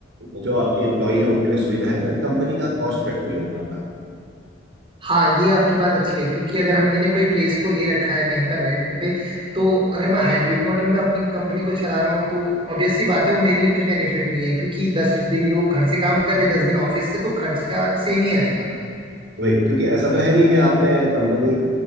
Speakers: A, on the right (about 80°); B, on the right (about 30°).
A: जो आपके एम्प्लॉई है उनके लिए सुविधा है बट कंपनी का कॉस्ट कट नहीं हो पाता
B: हाँ ये आपकी बात अच्छी है क्योंकि अगर हम मैंने कोई प्लेस को ले रखा है कहीं पर रेंट पे तो अगर मैं हाइब्रिड मॉडल में अपनी कंपनी को चला रहा हूँ तो ऑब्वियस सी बात है वो मेरे लिए कुछ बेनिफिट नहीं है क्योंकि दस दिन लोग घर से काम कर रहे दस दिन ऑफिस से तो खर्चा सेम ही आएगा
A: वही क्योंकि ऐसा तो है नहीं कि आपने कंपनी